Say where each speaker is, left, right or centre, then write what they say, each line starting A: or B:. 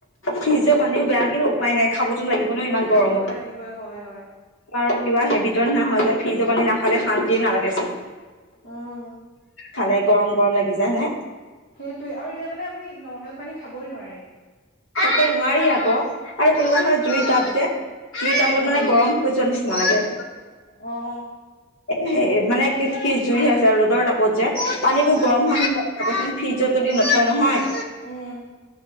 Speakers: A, on the left; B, on the left.
A: ফ্ৰিজৰ পানীও বেয়া, কিন্তু উপায় নাই খাবতো লাগিব ন ইমান
B: খাবতো
A: গৰমত।
B: লাগিবই হয় হয়
A: আৰু কিবা হেবিতৰ নিচিনা হয় যে, ফ্ৰিজৰ পানী নাখালে শান্তিয়ে নালাগে চোন।
B: উম
A: খালে গৰম-গৰম লাগি যায়, হয়নে?
B: সেইটোৱে আৰু এতিয়া মানে আপুনি নৰ্মেল পানী খাবই নোৱাৰে।
A: তাকে নোৱাৰি আকৌ আৰু কেনেকুৱা হয় জুই টাব যে, জুই টাবত
B: উম
A: মানে গৰম হৈ যোৱা নিচিনা নালাগে
B: অ
A: সেই মানে কি-কি জুই হে আছে ৰ'দৰ তাপত যে, পানীবোৰ গৰম হয়, নহয় চাবচোন। ফ্ৰিজত যদি নথয়, নহয়
B: উম